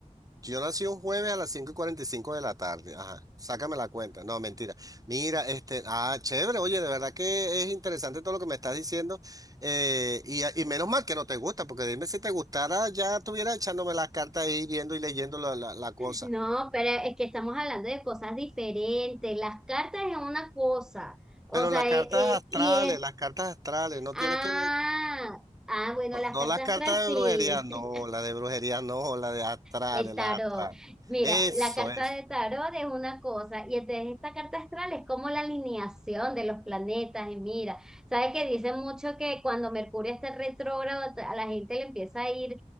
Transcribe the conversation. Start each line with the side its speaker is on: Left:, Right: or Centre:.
Right: Yo nací un jueves a las cinco y y cuarenta y cinco de la tarde. Ajá, sácame la cuenta. No, mentira. Mira, este, ah, chévere, oye, de verdad que es interesante todo lo que me estás diciendo. eh, y, y menos mal que no te gusta, porque dime si te gustara, ya estuviera echándome las cartas ahí, viendo y leyendo la, la- la cosa.
Centre: No, pero es que estamos hablando de cosas diferentes. Las cartas es una cosa. O
Right: Pero
Centre: sea,
Right: las cartas
Centre: eh, eh,
Right: astrales,
Centre: y es.
Right: las cartas astrales, no
Centre: Ah,
Right: tiene que ver,
Centre: ah, bueno,
Right: no,
Centre: las
Right: no
Centre: cartas
Right: las cartas
Centre: astrales sí,
Right: de brujería, no,
Centre: <laughs>
Right: la de brujería, no, la de astrales,
Centre: de tarot.
Right: las astrales.
Centre: Mira,
Right: Eso
Centre: la carta
Right: es.
Centre: de tarot es una cosa. Y entonces esta carta astral es como la alineación de los planetas. Y mira, ¿sabes que Dicen mucho que cuando Mercurio está retrógrado, a la gente le empieza a ir